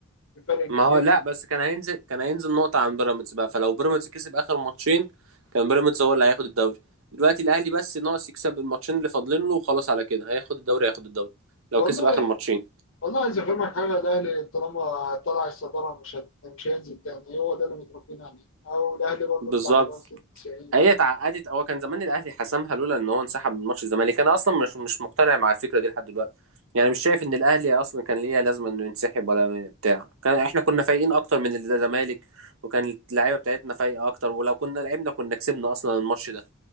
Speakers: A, on the left; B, on the right.
A: بفرق كبير
B: ما هو لا بس كان هينزل كان هينزل نقطة عن بيراميدز بقى فلو بيراميدز كسب آخر ماتشين كان بيراميدز هو اللي هياخد الدوري دلوقتي الأهلي بس ناقص يكسب الماتشين اللي فاضلين له وخلاص على كده هياخد الدوري هياخد الدوري لو
A: والله
B: كسب آخر ماتشين
A: والله عايز افهمك حاجه الاهلي طالما طلع الصداره مش هت- مش هينزل تاني هو ده اللي متربيين عليه او الاهلي برضه
B: بالظبط
A: بتاع بنوصل 90
B: هي
A: يعني
B: اتعقدت هو كان زمان الاهلي حسمها لولا ان هو انسحب من ماتش الزمالك انا اصلا مش مش مقتنع مع الفكره دي لحد دلوقتي يعني مش شايف ان الاهلي اصلا كان ليه لازمه انه ينسحب ولا بتاع كان احنا كنا فايقين اكتر من الزمالك وكان اللعيبه بتاعتنا فايقه اكتر ولو كنا لعبنا كنا كسبنا اصلا الماتش ده